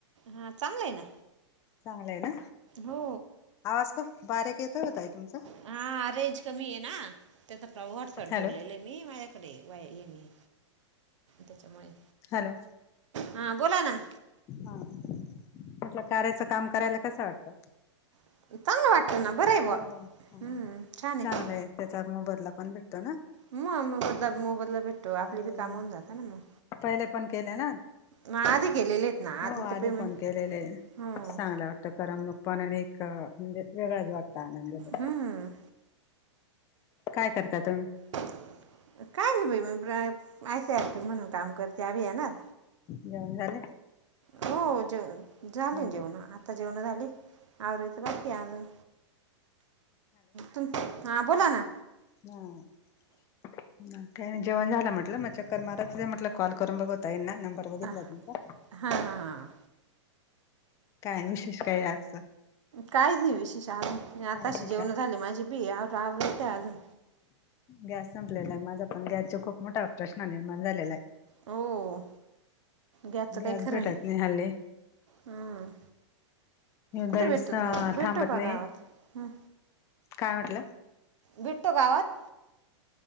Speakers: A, on the right; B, on the left.
A: हा चांगला आहे ना.
B: चांगलं आहे ना,
A: हो
B: आवाज खुप बारीक येतोय हो ताई तुमचा.
A: हा रेंज कमी आहे ना, त्यात व्हॉट्सपॉट
B: हॅलो
A: जोडलेलं आहे मी माझ्या कडे वाया येणे त्याच्यामुळे
B: हॅलो
A: हा बोला ना
B: हा, म्हंटल कार्याचं काम करायला कसं वाटत?
A: चांगलं वाटतं ना बरं आहे बुवा
B: हो हो
A: हम्म छान
B: चांगलंय
A: आहे
B: त्याचा मोबदला पण भेटतो ना.
A: मग मग ब मो मोबदला भेटतो आपली
B: आणि
A: बी काम होऊन जातं ना मग.
B: पहिले पण केले ना?
A: म आधी केलेले ना
B: हो आधी
A: तर पेमेंट
B: फोन केलेला आहे,
A: हं
B: चांगला वाटत करमणूक पण अनि एक म्हणजे वेगळाच वाटत आनंद तो.
A: हम्म
B: काय करता तुम्ही?
A: काय नाही बाई, <unintelligible> पी म्हणून काम करते अभियानात
B: जेवण झाले?
A: हो जेवन झाले
B: हो
A: जेवण
B: ना
A: आता जेवण झाली. आवरायचं बाकी अजून, तुम हा बोला ना.
B: हां काय नाही, जेवण झालं म्हटलं मग चक्कर मारत म्हटलं कॉल करून बघू ताईना नंबर बघितला
A: हां
B: तुमचा,
A: हां हां
B: काय विशेष काही आजचं?
A: काही नाही विशेष आ
B: काय
A: आताशी
B: नाही
A: जेवण
B: का
A: झाली माझी बी, आव आवरते अजून.
B: गॅस संपलेला आहे माझा पण गॅसच खूप मोठा प्रश्न निर्माण झालेला आहे.
A: हो गॅसच
B: गॅस
A: काय खर
B: भेटत
A: नाही,
B: हल्ली
A: हम्म. कुठे
B: दैवस
A: भेटतो <unintelligible> भेटतो
B: थांबत नाही.
A: का गावात? हं.
B: काय म्हटलं?
A: भेटतो गावात?